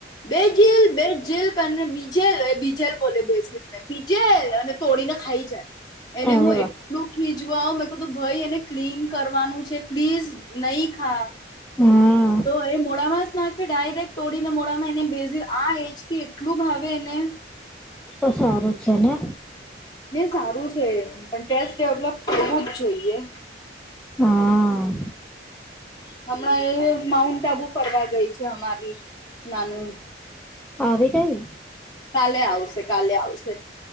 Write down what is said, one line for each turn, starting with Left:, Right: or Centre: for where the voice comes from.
Left: બે જેલ બે જેલ બીજેલ એ બીજેલ બોલે બે જેલ પીજે અને તોડી ને ખાઈ જાય
Centre: અરે
Left: એને હું
Centre: વા
Left: એટલું ખીચવા આવ મેં કું ભાઈ એને ક્લીન કરવાનું છે પ્લીઝ નહી નઈ હા
Centre: હા
Left: તો એ મોડામાં જ નાખે ડાયરેક્ટ તોડીને મોડામાં એને બેસ આ એજ થી એટલું ભાવેને
Centre: તો સારું છે ને
Left: સારું છે પણ ટેસ્ટ ડેવલપ થવું જ જોઈએ
Centre: હા
Left: હમણાં એ માઉન્ટ આબુ ફર ગઈ છે અમારી નાનું
Centre: આવે કઈ
Left: કાલે આવશે કાલે આવશે